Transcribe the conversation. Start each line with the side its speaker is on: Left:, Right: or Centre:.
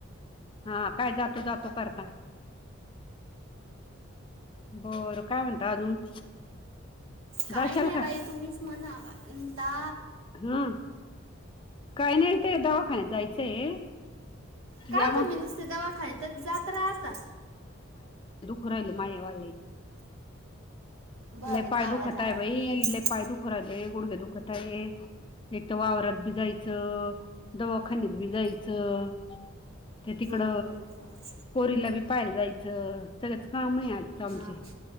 Left: हा काय जातो जातो करता बरं काय म्हणत अजून
Right: काही
Left: जाशाल
Right: नाही
Left: का
Right: बाई तुम्हीच म्हणाता
Left: हम्म काही नाही ते दवाखान्यात जायचंय
Right: का
Left: या मग
Right: तुम्ही नुसते दवाखाण्यातच जात राहता
Left: कराहिल माय वा
Right: बरं
Left: लय पाय
Right: जावा
Left: दुखत
Right: जावा
Left: आहे बाई
Right: मी येत
Left: लय पाय दुखु राहिले गुडघे दुखत आहे एक तर वावरात बी जायचं दवाखान्यात बी जायचं ते तिकड
Right: बरं बरं
Left: पोरीला बी पायला जायचं सगळंच काम आहे आज आमचे
Right: हा हा